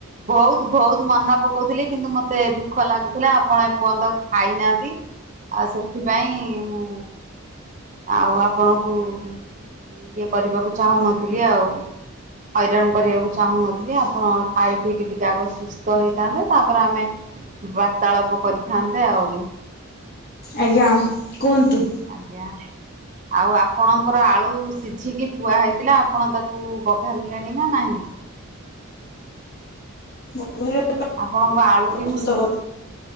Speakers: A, on the right; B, on the left.
A: ବହୁତ୍ ବହୁତ୍ ମନେ ପକଉଥିଲେ କିନ୍ତୁ ମତେ ଦୁଃଖ ଲାଗୁଥିଲା ଆପଣ ଏପର୍ଯ୍ୟନ୍ତ ଖାଇନାହାନ୍ତି। ଆଉ ସେଥିପାଇଁ ମୁଁ ଆଉ ଆପଣଙ୍କୁ ମାନେ ଇଏ କରିବାକୁ ଚାହୁଁନଥିଲି ଆଉ। ହଇରାଣ କରିବାକୁ ଚାହୁଁନଥିଲି ଆପଣ ଖାଇ ପିଇକି ଟିକେ ଆଗ ସୁସ୍ଥ ହେଇଥାନ୍ତେ ତାପରେ ଆମେ ବାର୍ତ୍ତାଳାପ କରିଥାନ୍ତେ ଆଉ।
B: ଆଜ୍ଞା କୁହନ୍ତୁ?
A: ଆଜ୍ଞା। ଆଉ ଆପଣଙ୍କର ଆଳୁ ସିଝିକି ଥୁଆ ହେଇଥିଲା ଆପଣ ତାକୁ ବଘାରିଲେଣିନା ନାହିଁ?
B: <unintelligible>
A: ଆପଣଙ୍କ ଆଳୁଟି
B: ପ୍ରସ୍ତୁତ
A: ମୁଁ ଶି
B: କରୁ